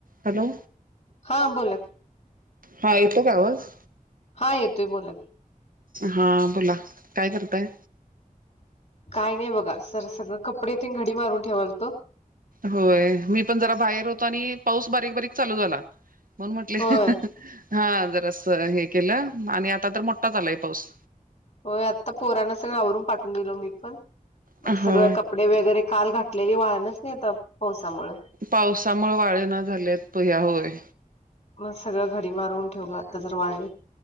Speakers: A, on the right; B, on the left.
A: हॅलो!
B: हा बोला
A: हा येतं का आवाज?
B: हा येतोय बोला
A: हा बोला काय करताय?
B: काय नाही बघा सर सगळं कपडे येथ घडी मारून ठेवाल तो
A: होय मी पण जरा बाहेर होतो आणि पाऊस बारीक बारीक चालू झाला. म्हण म्हटले
B: होय
A: हा जर असं हे केलं आणि आता तर मोठा झालाय पाऊस
B: हो आत्ता पोरांना सगळं आवरून पाठवून दिल मी पणग
A: हा.
B: सगळं कपडे वगैरे काल घ कलेली वाळणच नाही येत पावसामुळे
A: पावसामुळे वाळे ना झालेत पहिया होय.
B: मग सगळं घडी मारून ठेवलं आता जर वाळणी